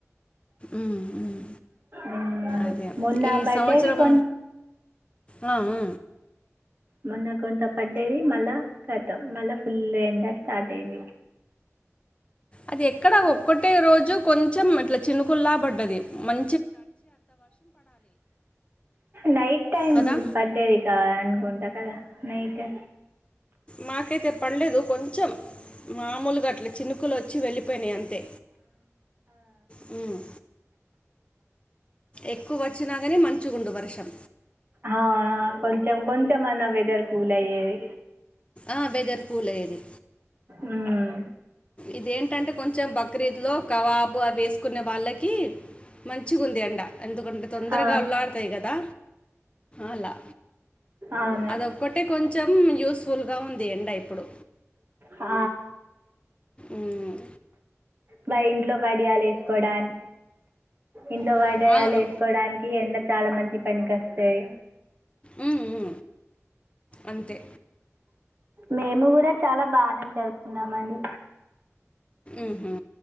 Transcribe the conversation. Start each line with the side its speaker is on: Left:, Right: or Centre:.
Left: ఉమ్, ఉమ్.
Right: మ్మ్
Left: అదే
Right: మొన్న
Left: ఈ
Right: పడ్డవి
Left: సంవత్సరం
Right: కొన్
Left: ఆ ఊ
Right: మొన్న కొంత పడ్డది మళ్ళా కతం మళ్ళా ఫుల్ ఎండ స్టార్ట్ అయింది
Left: అది ఎక్కడ ఒక్కటే రోజు కొన్ చం అట్లా చినుకుల్లా పడ్డది మం
Right: నైట్ టైమ్
Left: కదా
Right: పడ్డదికా అనుకుంటా కదా నైటు
Left: మాకైతే పడలేదు కొంచెం మామూలుగా అట్ల చినుకులు వచ్చి వెళ్ళిపోయినాయి అం తే హ్మ్ ఎక్కువ వచ్చినాకని మంచుగుండు వర్షం
Right: ఆ కొంచెం కొంచెంమన్నా వెదర్ కూల్ అయ్యేది
Left: ఆ వెదర్ కూల్ అయ్యేది
Right: ఉమ్,
Left: ఇదేంటంటే కొంచెం బక్రీద్ లో కవాబ్ వేసుకున్న వాళ్ళకి మంచి మంచిగుంధి ఎండ ఎందుకంటే తొందరగా
Right: ఆ,
Left: అల్లాడుతాయి కదా అలా
Right: అవును
Left: అదొక్కటే కొంచెం యూస్ ఫుల్గా ఉంది ఎండ ఇప్పుడు
Right: ఆ
Left: ఉమ్
Right: బ ఇంట్లో వడియాలు వేసుకోవడాన్ ఇంట్లో
Left: ఆ,
Right: వడియాలు
Left: అవును
Right: వేసుకోవడానికి ఎండ చాలా మంచి పనికొస్తాయి
Left: ఊ ఊ అంతే
Right: మేము కూడా చాలా బానే జరుపుకున్నామ అండి
Left: ఉహూ